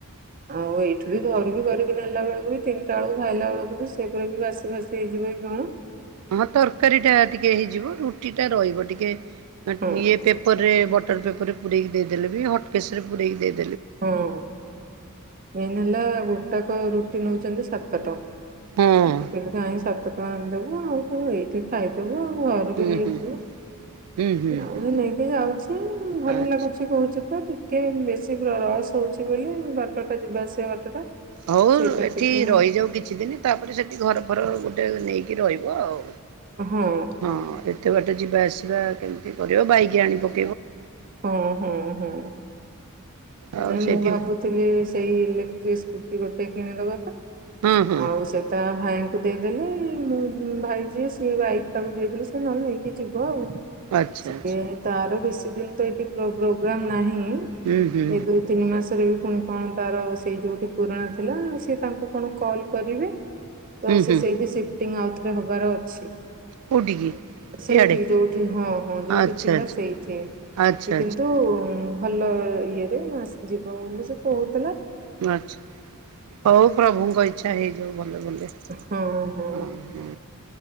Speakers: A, on the right; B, on the right.
A: ଆଉ ଏଇଠୁ ବି ଘର ବି କରି ନେଲା ବେଳକୁ ବି ତିନିଟା ବେଳକୁ ଖାଇଲା ବେଳକୁ ବି ସେଟା ବି ବାସି ଫାସି ହେଇଯିବ କି କଣ?
B: ହଁ ତରକାରୀ ଟା ଟିକେ ହେଇଯିବ ରୁ ରୁଟି ଟା ରହିବ। ଟିକେ
A: ହଁ
B: ଇଏ ମ୍ ପେପରରେ ବଟା କାଗଜ ରେ ପୁରେଇକି ଦେଇ ଦେଲେ ବି ହଟ୍ କେସରେ ପୁରେଇକୀ ଦେଇ
A: ହୁଁ ମେନ ହେଲା ଗୋଟାକ ନଉଛନ୍ତି ସାତ ଟଙ୍କା।
B: ହଁ
A: ମୁଁ କହିଲି କଣ ସାତ ଆଣି ଦବୁ ଆଉ ସବୁ ଏଇଠି ଖାଇଦବୁ ଆଉ କ ଘରୁକୁ
B: ହୁଁ
A: ନେଇଯିବୁ।
B: ହୁଁ ହୁଁ ହୁଁ
A: ଆଉ
B: ହୁଁ
A: ନେଇକି ଯାଉଛି ଭଲ
B: ଆଚ୍ଛା।
A: ଲାଗୁଛି କହୁଛି ତ ଟି ଟିକେ ବେଶି ରସ ହଉଛି ବୋଲି ବାଟ ଟା ଯିବା ଆସିବା ବାଟ ଟା
B: ହଉ
A: ସେଇଟା
B: ଏଠି
A: ଟିକେ
B: ରହିଯାଉ କିଛି ଦିନ ତାପରେ ସେଠି ଘର ଫର ନେଇକି ରହିବ ଆଉ
A: ହଁ
B: ହଁ ଏତେ ବାଟେ ଯିବା ଆସ ଆସିବା କେମିତି କରିବ ବାଇକି ଆଣିବ।
A: ହଁ ହଁ ହଁ।
B: ଆଉ
A: ନାଇଁ
B: ସେଇଠି
A: ମୁଁ ଭାବୁଥିଲି ସେଇ ଦୁଇ ସ୍କୁଟି ଗୋଟେ କିଣିଦବ।
B: ହଁ ହଁ।
A: ଆଉ ସେଟ ଭାଇଙ୍କୁ ଦେଇ ଦେଲେ ମୁଁ ଭାଇ ଯିଏ ସିଏ ବାଇକ ଟାକୁ ଦେଇଦେଲି ସେ ନହେଲେ ନେଇକି ଯିବ ଆଉ।
B: ଆଚ୍ଛା
A: ସେ
B: ଆଚ୍ଛା
A: ତାର ବେଶି ଦିନ୍ ଏଠି ପ୍ରୋ ପ୍ରୋଗ୍ରାମ ନାହିଁ।
B: ହୁଁ ହୁଁ
A: ଏଇ ଦୁଇ ତିିନି ମାସ ପୁଣି କଣ ତାର ସେଇ ଯୋଉଠି ପୁରୁଣା ଥିଲା ସି ତାଙ୍କୁ କଣ କଲ୍ କରିବେ। ତ
B: ହୁଁ
A: ସେ
B: ହୁଁ
A: ସେଇଠି ସିଫ୍ଟିଙ୍ଗ ଆଉ ଏ ହବାର ଅଛି।
B: କୋଉଠିକି?
A: ସେଇଠି
B: ଇଆଡ଼େ
A: ଯୋଉଠି ହଁ ହଁ ଯୋଉଠି
B: ଆଚ୍ଛା
A: ଥିଲା
B: ଆଚ୍ଛା
A: ସେଇଠି
B: ଆଚ୍ଛା
A: ସେ କିନ୍ତୁ ହାଲୋ ଇଏରେ ଯିବ ବୋଲି ସେ ବହୁତ।
B: ଆଛା ହଉ ପ୍ରଭୁଙ୍କ ଇଚ୍ଛା ହେଇଯାଉ ଭଲରେ ଭଲରେ।
A: ହୋ ହୋ
B: ଓହୋ